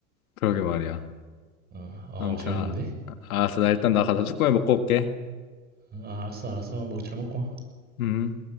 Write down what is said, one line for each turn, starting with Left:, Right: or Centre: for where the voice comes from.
Left: 그러게 말이야.
Right: 어, 어
Left: 아무튼
Right: 재밌는데?
Left: 아, 알았어. 나 일단 나 가서 쭈꾸미 먹고 올게.
Right: 어, 알았어, 알았어. 먹 잘 먹고 와.
Left: 음.